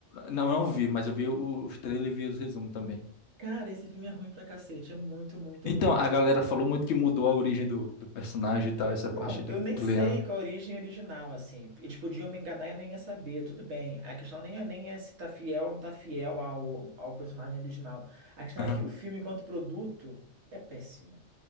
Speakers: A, on the left (about 70°); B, on the right (about 70°).
A: Não, eu não vi, mas eu vi o- os trailers e vi os resumos também.
B: Cara, esse filme é ruim pra cacete, é muito, muito
A: Então,
B: ruim.
A: a galera falou muito que mudou a origem do, do personagem e tal, essa
B: Não,
A: parte do,
B: eu nem
A: do
B: sei
A: Leão.
B: qual a origem original, assim. Eles podiam me enganar e eu nem ia saber, tudo bem. A questão nem é, nem é se tá fiel ou não tá fiel ao, ao personagem original. A questão
A: Aham,
B: é que o filme, enquanto produto, é péssimo.